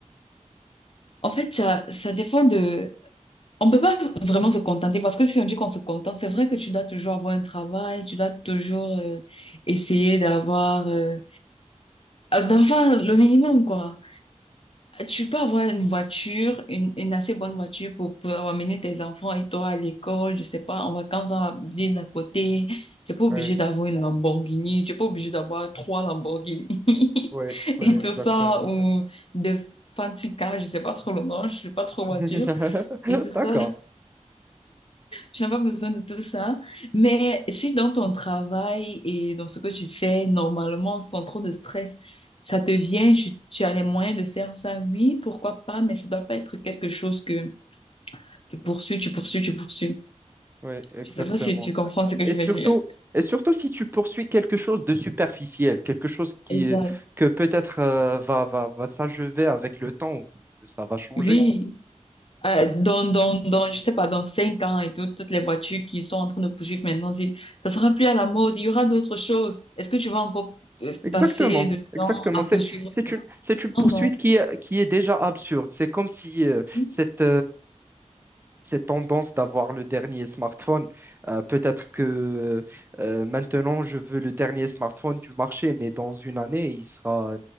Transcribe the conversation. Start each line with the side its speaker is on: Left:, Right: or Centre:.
Left: En fait, ça, ça dépend de On peut pas vraiment se contenter parce que si on dit qu'on se contente, c'est vrai que tu dois toujours avoir un travail, tu dois toujours euh, essayer d'avoir euh, d'avoir le minimum quoi. Tu peux avoir une voiture, une, une assez bonne voiture pour pour amener tes enfants et toi à l'école, je sais pas, en vacances dans la ville d'à côté. Tu n'es pas obligé
Right: Ouais,
Left: d'avoir une Lamborghini, tu n'es pas obligé d'avoir trois Lamborghini <laughs>
Right: ouais,
Left: et
Right: ouais,
Left: Ouais. tout
Right: exactement.
Left: ça ou des fancy cars, je sais pas trop le nom, je suis pas trop voiture.
Right: <laughs>
Left: Et tout
Right: D'accord.
Left: ça, Je n'ai pas besoin de tout ça. Mais si dans ton travail et dans ce que tu fais normalement, sans trop de stress, ça te vient, tu, tu as les moyens de faire ça, oui, pourquoi pas, mais ça doit pas être quelque chose que tu poursuis, tu poursuis, tu poursuis.
Right: Oui, exactement.
Left: Je sais pas si tu comprends ce que
Right: Et
Left: je veux
Right: surtout,
Left: dire.
Right: et surtout si tu poursuis quelque chose de superficiel, quelque chose qui
Left: Exact.
Right: est- que peut-être euh, va va va s'achever avec le temps, ou que ça va changer.
Left: Oui. Euh, dans, dans, dans, je sais pas, dans cinq ans et tout, toutes les voitures qui sont en train de poursuivre maintenant disent, ça sera plus à la mode, il y aura d'autres choses. Est-ce que tu vas encore euh,
Right: Exactement.
Left: passer de
Right: Exactement.
Left: temps à
Right: C'est
Left: poursuivre
Right: c'est
Left: ça?
Right: une c'est une poursuite
Left: Non,
Right: qui est qui est déjà absurde. C'est comme si euh,
Left: non.
Right: cette cette tendance d'avoir le dernier smartphone. Euh, peut-être que euh, maintenant, je veux le dernier smartphone du marché, mais dans une année, il sera,